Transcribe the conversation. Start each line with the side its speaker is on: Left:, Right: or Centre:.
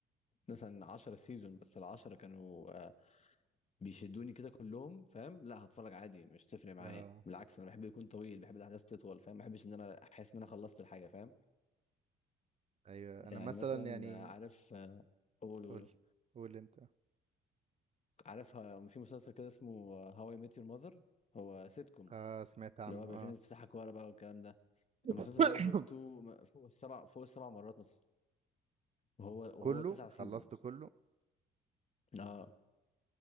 Left: مثلا 10 سيزون بس العشرة كانوا آه، بيشدوني كده كلهم فاهم لا هتفرج عادي مش تفرق معايا
Right: اه
Left: بالعكس انا بحب يكون طويل بحب الاحداث تطول فاهم ما بحبش ان انا احس ان انا خلصت الحاجه فاهم
Right: ايوه
Left: يعني
Right: انا مثلا
Left: مثلا
Right: يعني
Left: آه، عارف آه، قول قول
Right: قول قول انت
Left: عارف آه، في مسلسل كده اسمه هواي ميت يور ماذر هو سيت كوم
Right: اه سمعت
Left: اللي
Right: عنه
Left: هو بيبقى في
Right: اه
Left: ناس بتضحك ورا بقى والكلام ده
Right: <coughs>
Left: المسلسل ده انا شفته م- فوق السبع فوق السبع مرات مثلا وهو وهو
Right: كله
Left: تسع سيزونز
Right: خلصت كله
Left: اه